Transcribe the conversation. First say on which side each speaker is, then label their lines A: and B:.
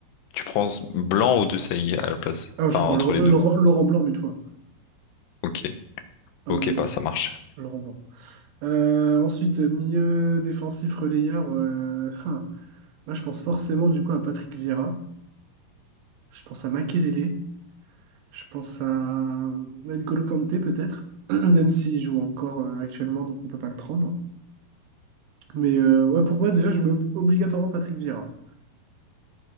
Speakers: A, on the left (about 85°); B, on the right (about 80°).
A: tu prends Blanc ou Desailly à la place.
B: Ah,
A: Enfin,
B: je prends
A: entre
B: Lau-
A: les
B: euh,
A: deux.
B: Laurent Laurent Blanc mille fois.
A: Ok,
B: Ah
A: ok,
B: oui, oui,
A: bah ça marche.
B: Laurent Blanc. Euh, ensuite, milieu défensif relayeur. euh, hein. Là, je pense forcément du coup à Patrick Vieira. Je pense à Makelele. Je pense à euh, N'Golo Kanté peut-être, <clears throat> même s'il joue encore euh, actuellement, donc on ne peut pas le prendre. Mais euh, ouais, pour moi, déjà, je mets ob- obligatoirement Patrick Vieira.